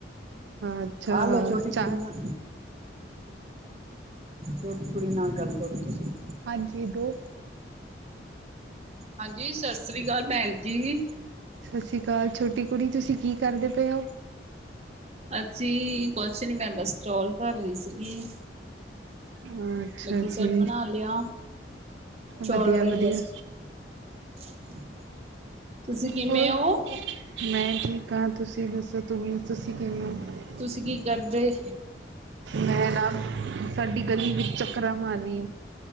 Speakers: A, on the right; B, on the right.
A: ਅੱਛਾ
B: ਆਲੋ ਛੋਟੀ
A: ਚਾਰ
B: ਕੁੜੀ ਨਾ ਛੋਟੀ ਕੁੜੀ ਨਾਲ ਗੱਲ ਕਰੋ ਤੁਸੀਂ।
A: ਹਾਂਜੀ ਦੋ
B: ਹਾਂਜੀ, ਸਤਿ ਸ੍ਰੀ ਅਕਾਲ ਭੈਣ ਜੀ।
A: ਸਤਿ ਸ੍ਰੀ ਅਕਾਲ ਛੋਟੀ ਕੁੜੀ, ਤੁਸੀਂ ਕੀ ਕਰਦੇ ਪਏ ਹੋ?
B: ਅੱਸੀ ਕੁਛ ਨੀ, ਮੈਂ ਬਸ ਚੋਲ ਧਰ ਰਹੀ ਸੀਗੀ।
A: ਅੱਛਾ
B: ਬਾਕੀ ਸਭ
A: ਜੀ।
B: ਬਣਾ ਲਿਆ ਚੌਲ
A: ਵਧੀਆ,
B: ਰਹਿ
A: ਵਧੀਆ।
B: ਗਿਆ ਸੀ। <unintelligible> ਕਿਵੇਂ
A: ਹੋਰ,
B: ਹੋ
A: ਮੈਂ ਜੀ ਕ ਤੁਸੀਂ ਦੱਸੋ, ਤੁਵੇਂ ਤੁਸੀਂ ਕਿਵੇਂ ਹੋ?
B: ਤੁਸੀਂ ਕੀ ਕਰਦੇ?
A: ਮੈਂ ਨਾ, ਸਾਡੀ ਗਲੀ ਵਿੱਚ ਚੱਕਰਾਂ ਮਾਰਨੀ ਆ।